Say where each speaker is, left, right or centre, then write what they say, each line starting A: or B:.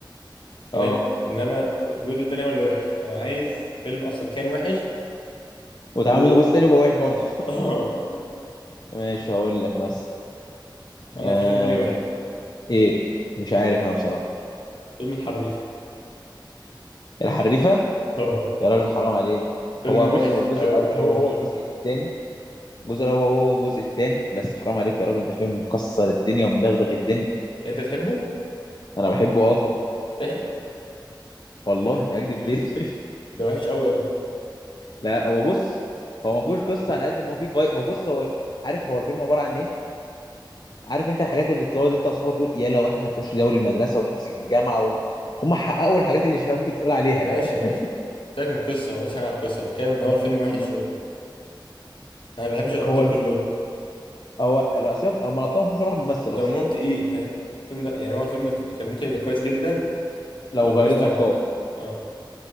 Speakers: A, on the left; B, on the left.
A: فاهم
B: اه
A: انما الجزء التاني هو اللي وحش انا عايز فيلم اصلا كان وحش
B: واتعمل
A: و <laughs>
B: منه جزء تاني وبقى وحش برضه
A: اه
B: <laughs> ماشي هقول لك بس
A: انا
B: آه
A: في في دماغي واحد
B: ايه مش عارف انا بصراحة
A: فيلم الحريف
B: الحريفة
A: اه
B: يا راجل حرام عليك
A: فيلم
B: هو
A: وحش
B: بص هو الجزء
A: قوي
B: الاول
A: قوي
B: هو هو
A: قوي
B: الجزء التاني الجزء الاول هو هو الجزء التاني بس حرام عليك يا راجل ده فيلم مكسر الدنيا ومدغدغ الدنيا
A: انت تحبه
B: انا بحبه اه طبعا
A: احلف
B: والله اكدب ليه <laughs> طيب؟
A: ده وحش قوي يا ابني
B: لا هو بص هو ما فيهوش قصه على قد ما هو فيه في هو بص هو عارف هو الفيلم عباره عن ايه عارف انت الحاجات اللي بتقعد انت واصحابك تقول يلا واحنا نخش دوري المدرسه ونمسك الجامعه ون... هم حققوا الحاجات اللي الشباب بتقول عليها
A: ماشي
B: <laughs>
A: ماشي سيبك من القصه ما قلتش حاجه على القصه بتكلم ان هو الفيلم وحش
B: أما
A: وال... انا ما بحبش الابطال
B: هو الف...
A: كلهم
B: هو الاسباب هم الابطال مش واحد ممثل
A: ودمهم
B: اصلا
A: تقيل فاهم الفيلم ده يعني هو الفيلم ك- كان ممكن يبقى كويس جدا
B: لو
A: لو بناس
B: غيرين
A: تانية
B: ابطال
A: أه.